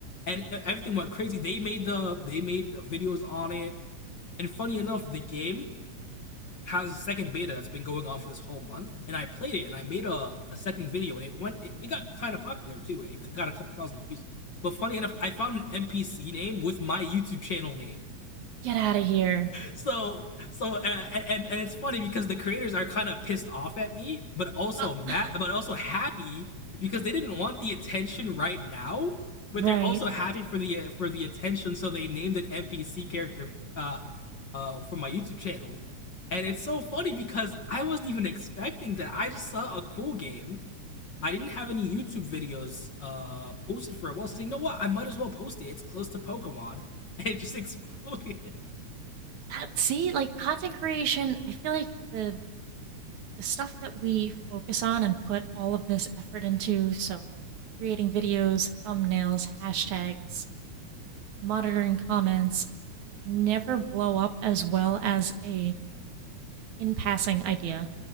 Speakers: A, on the left; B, on the right.
A: and e, everything went crazy. They made the they made the videos on it, and funny enough, the game has a second beta that's been going on for this whole month, and I played it, and I made a, a second video, and it went it, it got kind of popular too. It got a couple thousand views. But funny enough, I found an NPC name with my YouTube channel name.
B: Get out of here.
A: so so uh, and, and it's funny because the creators are kind of pissed off at me but also
B: Uh,
A: mad
B: <laughs>
A: but also happy because they didn't want the attention right now but
B: Right.
A: they're also happy for the uh, for the attention so they named an npc character uh uh for my youtube channel and it's so funny because i wasn't even expecting that i just saw a cool game i didn't have any youtube videos uh posted for a while so I said, you know what i might as well post it it's close to pokemon <laughs> and it just exploded <laughs>
B: that see, like content creation, I feel like the the stuff that we focus on and put all of this effort into, so creating videos, thumbnails, hashtags, monitoring comments, never blow up as well as a in passing idea.